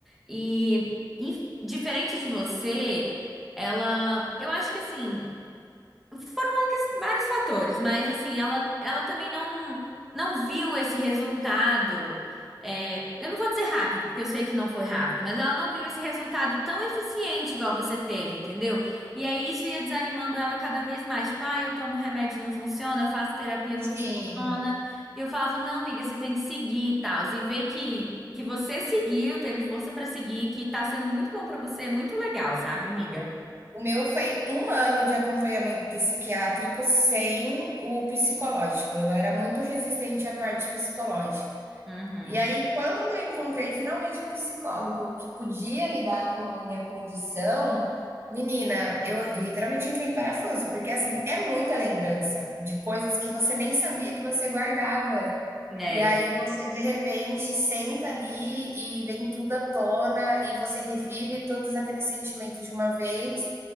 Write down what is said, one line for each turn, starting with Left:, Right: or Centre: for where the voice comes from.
Centre: E, inf- diferente de você, ela, eu acho que assim. Foram uma ques- vários fatores, mas assim, ela, ela também não, não viu esse resultado. é, eu não vou dizer rápido, porque eu sei que não foi rápido, mas ela não viu esse resultado tão eficiente igual você teve, entendeu? E aí isso ia desanimando ela cada vez mais. Tipo, ah, eu tomo remédio, não funciona, eu faço terapia,
Right: sim.
Centre: não funciona. E eu falava, não, amiga, você tem que seguir e tal. E ver que, que você seguiu, teve força pra seguir, que tá sendo muito bom pra você, é muito legal, sabe, amiga?
Right: O meu foi um ano de acompanhamento psiquiátrico sem o psicológico. Eu era muito resistente à parte psicológica.
Centre: Uhum.
Right: E aí, quando eu encontrei finalmente um psicólogo que podia lidar com a minha condição, menina, eu literalmente entrei em parafuso, porque assim, é muita lembrança de coisas que você nem sabia que você guardava.
Centre: É.
Right: E aí você de repente senta ali e vem tudo à tona e você revive todos aqueles sentimentos de uma vez.